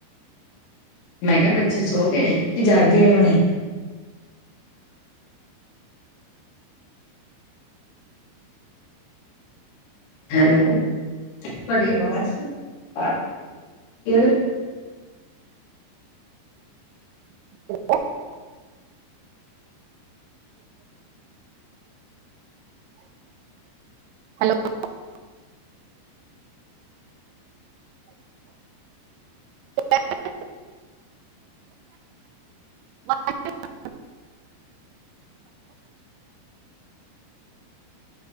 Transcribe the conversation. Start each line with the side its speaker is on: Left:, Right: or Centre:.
Left: ਮੈਂ ਕਿਹਾ ਬੱਚੇ ਸੋ ਗਏ ਕਿ ਜਾਗਦੇ ਆ ਹੁਣੇ ਹੈਲੋ ਤੁਹਾਡੀ ਆਵਾਜ਼
Right: <inaudible> ਹੈਲੋ <unintelligible> ਚ <inaudible> <unintelligible>